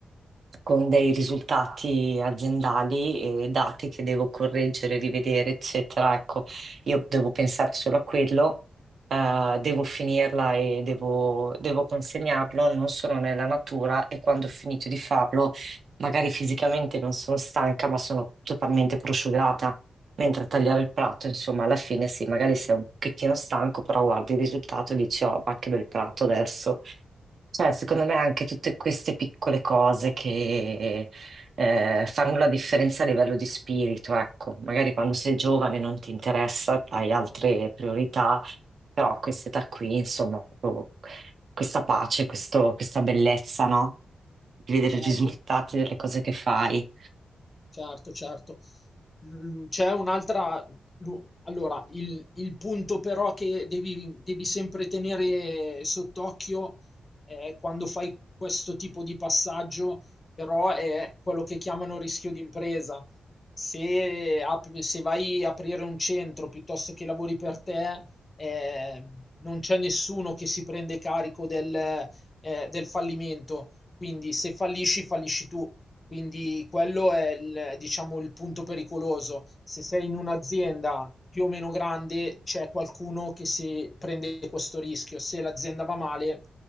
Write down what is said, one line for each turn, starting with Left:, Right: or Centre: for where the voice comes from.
Right: con dei risultati aziendali e dati che devo correggere, rivedere, eccetera. Ecco, io devo pensare solo a quello, eh, devo finirla e devo, devo consegnarlo, non sono nella natura e quando ho finito di farlo, magari fisicamente non sono stanca, ma sono totalmente prosciugata. Mentre a tagliare il prato, insomma, alla fine sì, magari sei un pochettino stanco, però guardi il risultato e dici, oh, ma che bel prato adesso. Cioè, secondo me anche tutte queste piccole cose che eh, fanno la differenza a livello di spirito, ecco, magari quando sei giovane non ti interessa, hai altre priorità, però a quest'età qui, insomma, proprio questa pace, questo- questa bellezza, no? Di vedere
Left: Certo.
Right: i risultati delle cose che fai.
Left: Certo, certo. Mhmm, c'è un'altra lu allora, il il punto però che devi devi sempre tenere sott'occhio, ehm, quando fai questo tipo di passaggio, però è quello che chiamano rischio d'impresa. Se apri se vai a aprire un centro piuttosto che lavori per te, ehm, non c'è nessuno che si prende carico del ehm, del fallimento. Quindi se fallisci, fallisci tu. Quindi quello è il, diciamo, il punto pericoloso. Se sei in un'azienda più o meno grande, c'è qualcuno che si prende questo rischio. Se l'azienda va male,